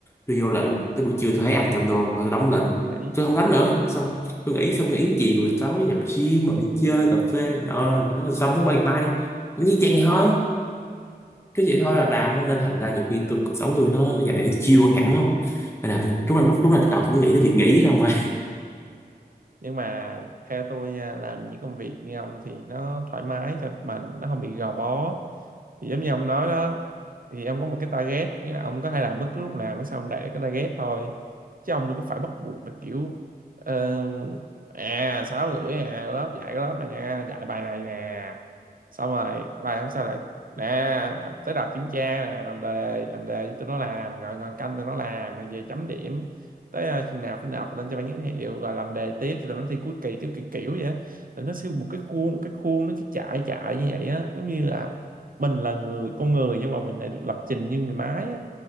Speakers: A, on the left (about 15°); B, on the right (about 60°).
A: tôi vô lệnh tới buổi trưa tôi thấy ăn trăm đô rồi đóng lệnh
B: tôi nghĩ
A: tôi không đánh nữa xong tôi nghỉ xong nghỉ chiều rồi tối nhập gym mà đi chơi cà phê đó, xong tới ngày mai cũng như chen thôi cứ vậy thôi là làm nên thành ra nhiều khi tôi cuộc sống tôi nó giờ này nó chill hơn hẳn không nên là tôi đúng là lúc đúng là đầu tôi cũng nghĩ tới việc nghỉ đâu mà
B: nhưng mà theo tôi nha làm những công việc như ông thì nó thoải mái cho mình nó không bị gò bó thì giống như ông nói đó thì ông có một cái target nghĩa là ông có thể làm bất cứ lúc nào miễn sao ông đạt được cái target thôi chứ ông đừng có phải bắt buộc là kiểu ờ, à sáu rưỡi nè lớp dạy cái lớp này nha dạy bài này nè xong rồi bài hôm sau lại nè tới đợt kiểm tra nè làm đề làm đề cho tụi nó làm rồi ngồi canh tụi nó làm rồi về chấm điểm tới ờ, khi nào phải nộp lên cho ban giám hiệu rồi làm đề tiếp thì tụi nó thi cuối kỳ kiểu kiểu kiểu vậy á. là nó sẽ một cái khuôn một cái khuôn nó cứ chạy chạy như vậy á giống như là mình là người con người nhưng mà mình lại được lập trình như người máy á